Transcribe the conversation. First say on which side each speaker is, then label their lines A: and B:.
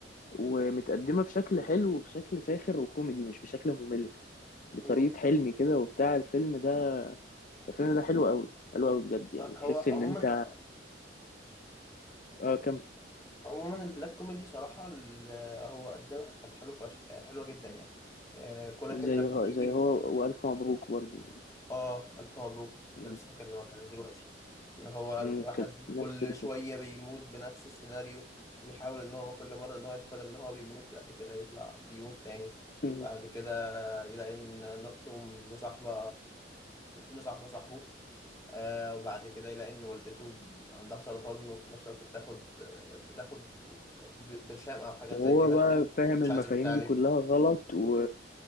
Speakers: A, on the left; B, on the left.
A: ومتقدمة بشكل حلو وبشكل ساخر وكوميدي مش بشكل ممل بطريقة
B: مم.
A: حلمي كده وبتاع الفيلم ده الفيلم ده حلو قوي حلو قوي بجد يعني تحس
B: هو
A: ان
B: عموما
A: انت اه كمل
B: عموما البلاك كوميدي صراحه ال- هو قدمها كانت حلو فش... حلوه جدا يعني آه، كونك انك
A: زي
B: بتيجي
A: هو زي هو والف مبروك برضو
B: اه الف مبروك
A: مم.
B: ده لسه هكلمك عليه دلوقتي ان هو
A: مم.
B: الواحد
A: كانت نفس
B: كل
A: الفكره
B: شويه بيموت بنفس السيناريو بيحاول ان هو كل مره ان هو يتفادى ان هو بيموت بعد كده يطلع بيموت تاني
A: مم.
B: بعد كده يلاقي ان اخته مصاحبه مصاحبه صاحبه آه وبعد كده يلاقي ان والدته عندها سرطان وفي نفس الوقت بتاخد آه، بتاخد ب- برشام او حاجات
A: وهو
B: زي كده
A: بقى فاهم
B: مش
A: المفاهيم
B: عايزه تتعالج
A: دي كلها غلط و...